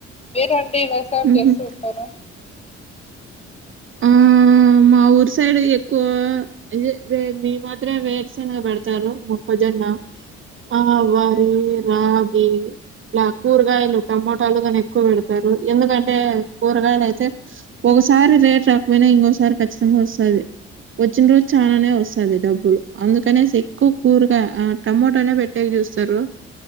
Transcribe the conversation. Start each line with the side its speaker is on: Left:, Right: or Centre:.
Left: మీరన్ డి వ్యవసాయం
Right: ఉహు
Left: చేసు ఉంటర
Right: ఆ మా ఊరు సైడ్ ఎక్కువ అయే వే మీ మాత్రమే వేరుశనగా పెడతారు. మొక్కజొన్న, ఆ వరి,
Left: ఆ!
Right: రాగి, ఇలా కూరగాయలు, టమోటాలు గాని ఎక్కువ పెడతారు. ఎందుకంటే, కూరగాయలయితే ఒకసారి రేట్ రాకపోయిన ఇంగోసారి ఖచ్చితంగా వస్తది. వచ్చిన్ రోజ్ చాలనే వస్సాది డబ్బు అందుకనేసి ఎక్కు కూరగా ఆ టమోటనే పెట్టేకి చూస్తరు.